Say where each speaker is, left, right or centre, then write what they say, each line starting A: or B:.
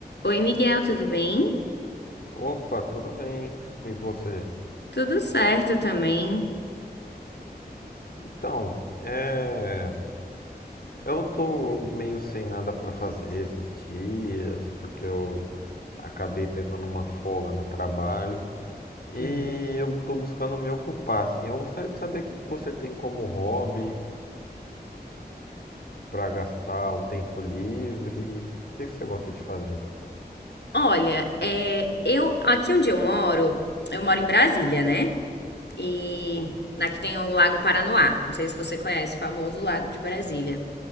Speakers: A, on the left; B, on the left.
A: Oi, Miguel, tudo bem?
B: Opa, tudo bem? E você?
A: Tudo certo também.
B: Então, é... eu tô meio sem nada pra fazer esses dias, porque eu acabei pegando uma folga no trabalho e
A: Hum.
B: eu tô buscando me ocupar, assim. Eu gostaria de saber o que você tem como hobby pra gastar o tempo livre. O que que você gosta de fazer?
A: Olha, é, eu aqui onde eu moro, eu moro em Brasília, né? E
B: Sim.
A: aqui tem o Lago Paranoá. Não sei se você conhece, o famoso Lago de Brasília.